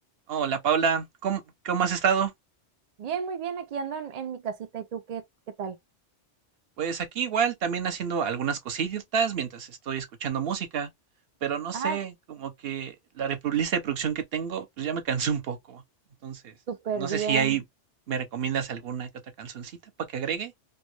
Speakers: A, on the right (about 60°); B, on the right (about 80°).
A: Hola Paula, ¿cómo, cómo has estado?
B: Bien, muy bien, aquí ando en, en mi casita. ¿Y tú qué, qué tal?
A: Pues aquí igual, también haciendo algunas cositas mientras estoy escuchando música, pero no
B: Ah,
A: sé, como que la repro- lista de producción que tengo, pues ya me cansé un poco. Entonces,
B: súper
A: no
B: bien.
A: sé si ahí me recomiendas alguna que otra cancioncita para que agregue.